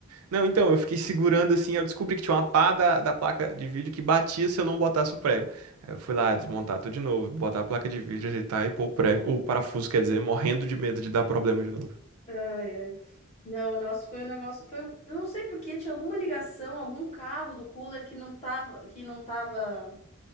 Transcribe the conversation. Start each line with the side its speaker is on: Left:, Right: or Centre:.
Right: Não, então, eu fiquei segurando assim, eu descobri que tinha uma pá da, da placa de vídeo que batia se eu não botasse o prego. Aí eu fui lá desmontar tudo de novo, botar a placa de vídeo, ajeitar e pôr o prego, o parafuso, quer dizer, morrendo de medo de dar problema de novo.
Left: Ai, ai. Não, o nosso foi um negócio, foi, eu não sei por quê, tinha alguma ligação, algum cabo do cooler que não tava, que não tava,